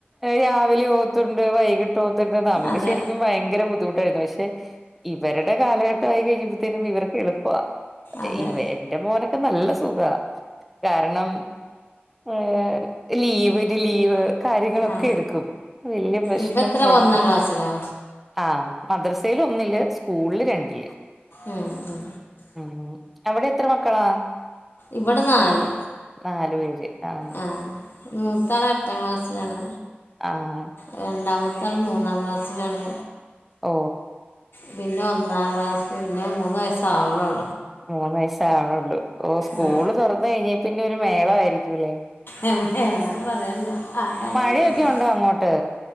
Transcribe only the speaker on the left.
അതെ
അതെ
ആ
ഇപ്പം എത്ര
ഒന്നാം ക്ലാസ്സിലോ
ഉം ഉം
ഇവിടെ നാല്
ആഹ മൂത്താള് എട്ടാം ക്ലാസ്സിലാണ്
രണ്ടാമത്ത ആൾ മൂന്നാം ക്ലാസ്സിലാണ്
പിന്നെ ഒന്നാം ക്ലാസ് പിന്നെ മൂന്ന് വയസ്സ് ആവണള്ളൂ
ആ
ഏഹ് ഏഹ് അതൊന്നും പറയണ്ട ആഹ് കഥയെല്ലായിണ്ട്